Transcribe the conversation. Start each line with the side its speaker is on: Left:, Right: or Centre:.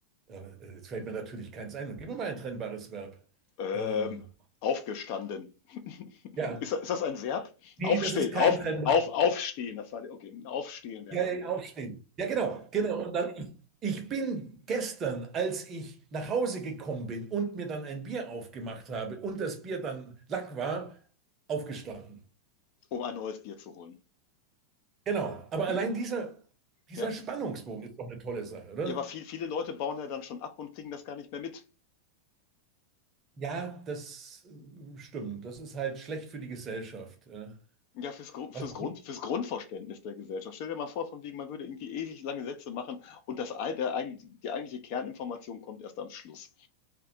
Right: äh, jetzt fällt mir natürlich keins ein. Dann gib mir mal ein trennbares Verb.
Left: Ja.
Right: Ähm,
Left: Ähm, aufgestanden. <laughs>
Right: ja,
Left: Ist, das- ist das ein Verb?
Right: nee,
Left: Aufstehen,
Right: das ist kein
Left: auf,
Right: trennbares.
Left: auf, aufstehen. Das war, okay, aufstehen wäre
Right: Ja, ja,
Left: ein
Right: ja,
Left: Verb,
Right: aufstehen. Ja, genau, genau. Und dann, ich, ich bin gestern, als ich nach Hause gekommen bin und mir dann ein Bier aufgemacht habe und das Bier dann Lack war, aufgestanden.
Left: um ein neues Bier zu holen.
Right: Genau. Aber allein
Left: Mhm.
Right: dieser, dieser
Left: Ja.
Right: Spannungsbogen ist doch eine tolle Sache, oder?
Left: Ja, aber viel, viele Leute bauen ja dann schon ab und kriegen das gar nicht mehr mit.
Right: Ja, das ähm, stimmt. Das ist halt schlecht für die Gesellschaft. Ja,
Left: Ja, fürs, Grund,
Right: also,
Left: fürs, Grund, fürs Grundverständnis der Gesellschaft. Stell dir mal vor, von wegen, man würde irgendwie ewig lange Sätze machen und das, ei- der, eig- die eigentliche Kerninformation kommt erst am Schluss.